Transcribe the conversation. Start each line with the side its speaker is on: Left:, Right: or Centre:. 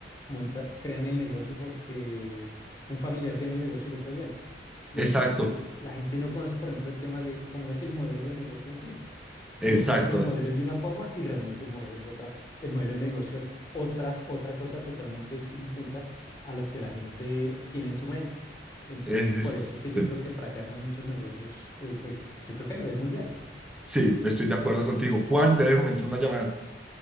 Left: monta, crean el negocio porque un familiar tiene el negocio y le fue bien. Y
Centre: exacto,
Left: entonces la gente no conoce, por ejemplo, el tema de cómo es el modelo de negocio en sí, sino
Centre: exacto.
Left: cree que el modelo es de una forma y realmente el modelo es de otra. El modelo de negocio es otra, otra cosa totalmente dis- distinta a lo que la gente tiene en su mente. Entonces,
Centre: Es-
Left: por eso es que yo
Centre: sí,
Left: creo que fracasan muchos negocios, eh, pues yo creo que a nivel mundial.
Centre: sí, estoy de acuerdo contigo. Juan, te dejo, me entró una llamada.